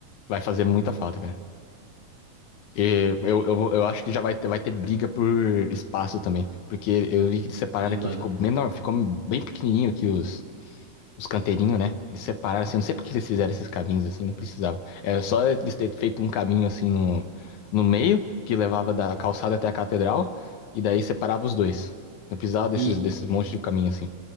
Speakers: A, on the left; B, on the right.
A: Vai fazer muita falta, cara. E eu, eu, vou- eu acho que já vai ter, vai ter briga por espaço também. Porque eu vi que eles separaram
B: Sim,
A: aqui,
B: mano.
A: ficou menor, ficou bem pequenininho aqui os, os canteirinhos, né? Eles separaram, assim, eu não sei porque eles fizeram esses caminhos assim, não precisava. Era só eles terem feito um caminho assim no, no meio, que levava da calçada até a catedral, e daí separava os dois. Não precisava desses,
B: E,
A: desses monte de caminho assim.